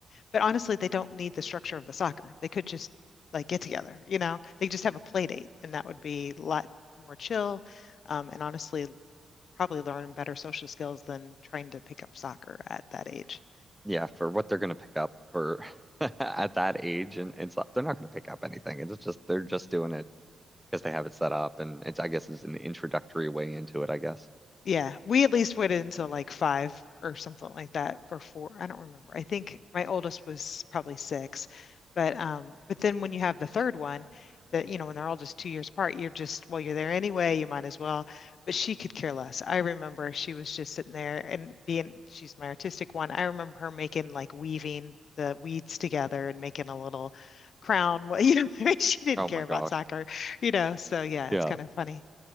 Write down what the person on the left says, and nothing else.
but honestly, they don't need the structure of the soccer. They could just like get together, you know? They just have a play date and that would be a lot more chill. Um, and honestly, probably learn better social skills than trying to pick up soccer at that age.
Yeah, we at least waited until like five or something like that before. I don't remember. I think my oldest was probably six, but um, but then when you have the third one, that you know when they're all just two years apart, you're just well, you're there anyway. You might as well. But she could care less. I remember she was just sitting there and being. She's my artistic one. I remember her making like weaving the weeds together and making a little crown. <laughs> Well, you know, <laughs> she didn't
care
about
soccer, you know. So yeah,
it's kind of funny